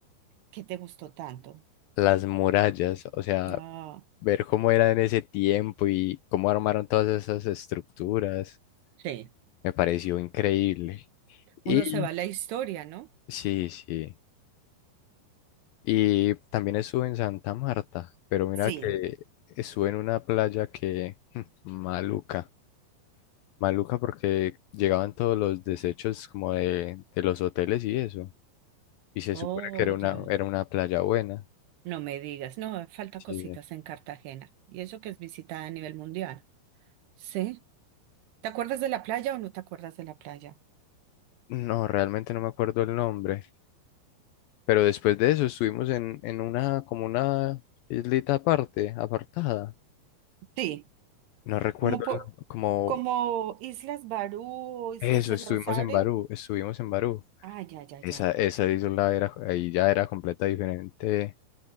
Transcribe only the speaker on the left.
las murallas, o sea,
ver cómo era en ese tiempo y cómo armaron todas esas estructuras,
me pareció increíble.
Y
sí, sí. Y también estuve en Santa Marta, pero mira
que estuve en una playa que <laughs> maluca, maluca porque llegaban todos los desechos como de, de los hoteles y eso. Y se
supone que era
una, era una playa buena.
Sí.
No, realmente no me acuerdo el nombre, pero después de eso estuvimos en, en una, como una islita aparte, apartada.
No recuerdo
el- como
eso,
estuvimos
en Barú, estuvimos en Barú.
Esa, esa isla era, ahí ya era completa diferente